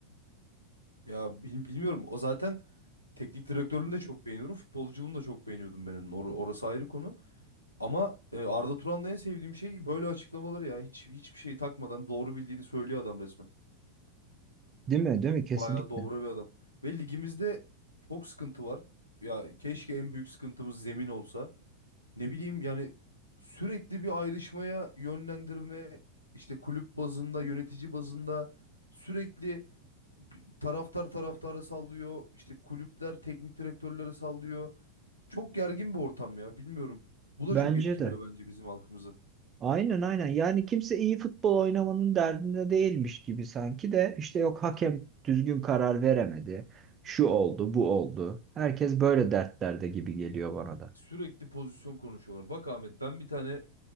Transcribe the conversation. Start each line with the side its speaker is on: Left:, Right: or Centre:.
Left: Ya bil- bilmiyorum. O zaten teknik direktörlüğünü de çok beğeniyorum. Futbolculuğunu da çok beğeniyordum benim. Or- orası ayrı konu. Ama e, Arda Turan'da en sevdiğim şey böyle açıklamaları ya. Hiç hiçbir şey takmadan doğru bildiğini söylüyor adam resmen.
Right: Değil mi? Değil mi? Kesinlikle.
Left: Bayağı dobra bir adam. Ve ligimizde çok sıkıntı var. Ya keşke en büyük sıkıntımız zemin olsa. Ne bileyim yani sürekli bir ayrışmaya yönlendirme işte kulüp bazında, yönetici bazında sürekli bi- taraftar taraftarı sallıyor, işte kulüpler teknik direktörleri sallıyor. Çok gergin bir ortam ya bilmiyorum. Bu da
Right: Bence
Left: çok etkiliyor
Right: de.
Left: bence bizim halkımızı.
Right: Aynen aynen. Yani kimse iyi futbol oynamanın derdinde değilmiş gibi sanki de işte yok hakem düzgün karar veremedi. Şu oldu, bu oldu. Herkes böyle dertlerde gibi geliyor bana da.
Left: Sürekli pozisyon konuşuyorlar. Bak Ahmet ben bir tane